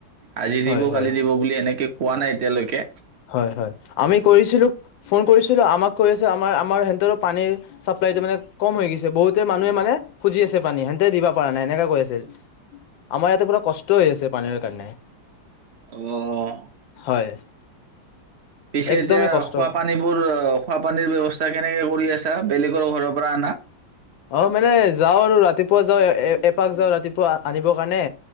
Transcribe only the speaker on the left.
হয় হয়
হয় হয়। আমি কৰিছিলোঁ। ফোন কৰিছিলোঁ। আমাক কৈ আছে আমাৰ, আমাৰ হেন্তলৰ পানীৰ চাপ্লাইটো মানে কম হয় হৈ গৈছে। বহুতে মানুহে মানে খুজি আছে পানী হেন্তে দিব পৰা নাই সেনেকে কৈ আছে। আমাৰ ইয়াতে পোৰা কষ্ট হৈ আছে পানীৰ কাৰণে।
হয়।
একদমেই
কষ্ট
অ মানে যাওঁ আৰু ৰাতিপ। পুৱা যাওঁ, এপাক যাওঁ ৰাতিপুৱা আনিবৰ কাৰণে।